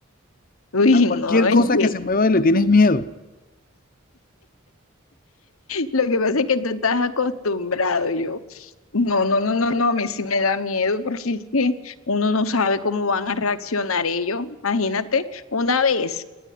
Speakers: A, on the left; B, on the left.
A: Uy,
B: A cualquier
A: no, es
B: cosa
A: que
B: que se mueva le tienes miedo.
A: lo que pasa es que tú estás acostumbrado, yo. No, no, no, no, no, a mí sí me da miedo porque es que uno no sabe cómo van a reaccionar ellos. Imagínate, una vez,